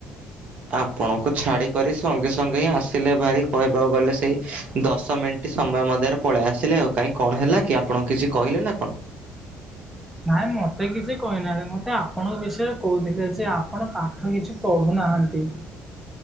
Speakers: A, on the right; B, in the centre.
A: ଆପଣଙ୍କୁ ଛାଡ଼ିକରି ସଙ୍ଗେ ସଙ୍ଗେ ହିଁ ଆସିଲେ ଭାରି କହିବାକୁ ଗଲେ ସେଇ ଦଶ ମିଣ୍ଟ୍। ଣ୍ଟି ସମୟ ମଧ୍ୟରେ ପଳେଇ ଆସିଲେ ଆଉ, କାହିଁ କଣ ହେଲା କି ଆପଣ କିଛି କହିଲ ନା କଣ?
B: ନାଇଁ ମୋତେ କିଛି କହିନାହାନ୍ତି, ମୋତେ ଆପଣଙ୍କ ବିଷୟରେ କହୁଥିଲେ ଯେ ଆପଣ ପାଠ କିଛି ପଢ଼ୁନାହାନ୍ତି।